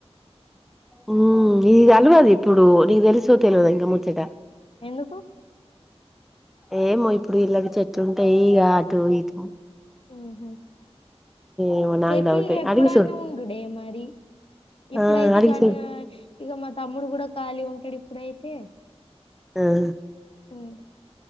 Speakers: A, in the centre; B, on the left.
A: హమ్ ఈ అల్వాది ఇప్పుడు నీకు తెలుసో తెల్వాదో ఇంగ ముచ్చట
B: ఎందుకు
A: ఏమో ఇప్పుడు వీళ్ళకి చెట్లు ఉంటాయి ఇక అటు ఇటు
B: హమ్మ్
A: ఏమో నాకు
B: చెట్లు
A: డౌటే
B: ఎప్పుడన్నా
A: అడిగి సూడు
B: ఉండుడే మరి ఇప్పుడైతే
A: ఆ అడిగి
B: గను
A: సూడు
B: ఇక మా తమ్ముడు గుడా ఖాళీ ఉం ఇప్పుడైతే
A: అహమ్
B: హమ్